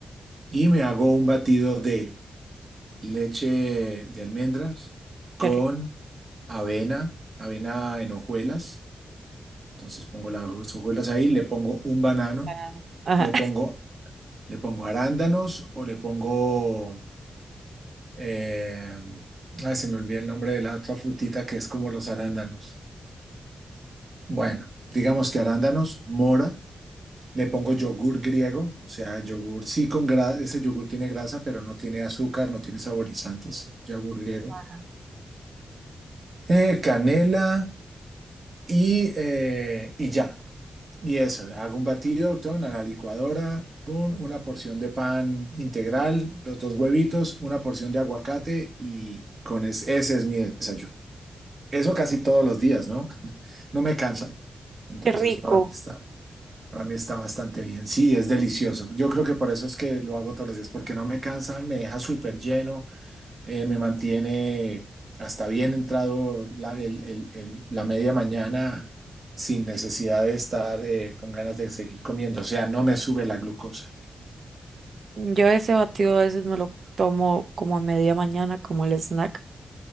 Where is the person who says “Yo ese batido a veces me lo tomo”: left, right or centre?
Right